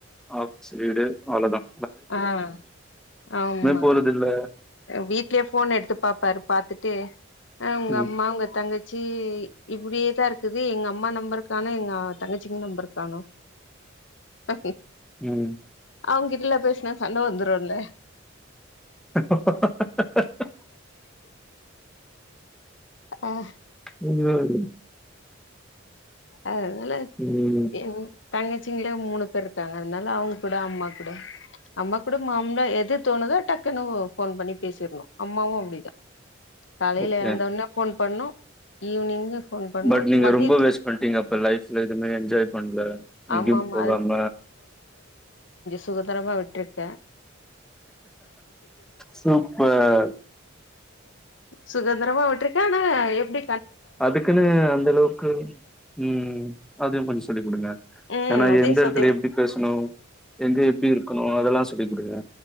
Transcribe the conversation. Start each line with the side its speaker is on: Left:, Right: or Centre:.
Centre: ஆஃபீஸ் வீடு அவ்ளோதான்
Left: ஆஹ் ஆமா
Centre: போறது இல்ல
Left: வீட்லயே ஃபோன் எடுத்து பாப்பாரு பாத்துட்டு உங்க
Centre: ம்,
Left: அம்மா உங்க தங்கச் சி இப்படியேதான் இருக்குது எங்க அம்மா நம்பருக்கானோ எங்க தங்கச்சிங்க நம்பருக்கானோ அ
Centre: ம்.
Left: அவங்கிட்டல பேச சண்ட வந்துரும்ல
Centre: ஹாஹாஹா
Left: ஆஹ்
Centre: உம் உ
Left: அதனால
Centre: ம்,
Left: எது தங்கச்சிங்கலயே மூணு பேர் இருக்காங்க அதனால அவங்க கூட அம்மா கூட அம்மா கூட மாம்ளா எது தோணுதோ டக்குனு ஃபோன் பண்ணி பேசிடணும் அம்மாவும் அப்படிதான் காலையில
Centre: ஓகே
Left: எழுந்தோடனே பு பண்ணோம் ஈவினிங்கு ஃபோன் பண்ணு
Centre: பட் நீங்க
Left: மதியத்
Centre: ரொம்ப வேஸ் பண் ட்டீங்க அப்ப லைஃப்ல எதுவுமே என்ஜாய் பண்ணல எங்கயும்
Left: ஆமா ஆமா
Centre: போகாம
Left: சுதந்தரமா விட்டுட்டன்
Centre: சூப்பர்
Left: சுதந்திரமா விட்டிருக்கேன் ஆனா எப்படி
Centre: அதுக்குன்னு அந்த அளவுக்கு உம் அதுவும் கொஞ்சம் சொல்லி கொடுங்க
Left: ம்
Centre: ஏன்னா
Left: அதையு
Centre: எந்த எடத்துல
Left: சொல்லி
Centre: எப்டி பேசணும் எங்க எப்டி இருக்கணும் அதெல்லாம் சொல்லிகொடுங்க